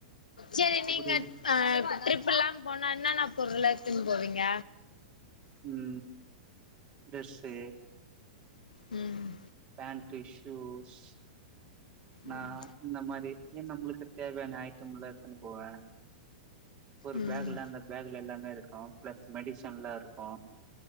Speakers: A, on the left; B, on the right.
A: சேரி
B: எப்டி
A: நீங்க ஆ ட்ரிப்புல்லா போனா இன்னன்னா பொருள்லா எத்துன் போவீங்க
B: ம் டிரஸ்ஸு
A: ம்
B: ஃபேன்ட்டு ஷூஸ் நா
A: ம்
B: இந்த மாரி ஏன் நம்மளுக்கு தேவையான ஐட்டம்ல எத்ன்னு போவ ஒரு
A: ம்
B: பேக்ல அந்த பேக்ல எல்லாமே இருக்கும் பிளஸ் மெடிசன்ல்லா இருக்கும்